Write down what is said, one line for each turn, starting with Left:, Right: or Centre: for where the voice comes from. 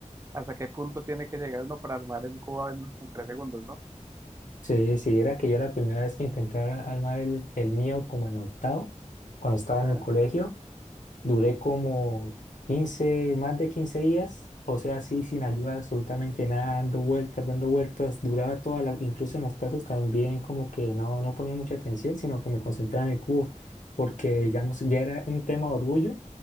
Right: hasta qué punto tiene que llegar uno para armar en Cuba en, en 3 segundos, ¿no?
Left: Sí, sí, era que yo la primera vez que intenté ar- armar el, el mío como en octavo, cuando estaba
Right: Ajá,
Left: en el colegio. Duré como 15 más de 15 días, o sea, así sin ayuda absolutamente nada, dando vueltas, dando vueltas, duraba todas las, incluso en las clases también como que no, no ponía mucha atención, sino que me concentraba en el cubo, porque
Right: sí,
Left: digamos ya era un tema de orgullo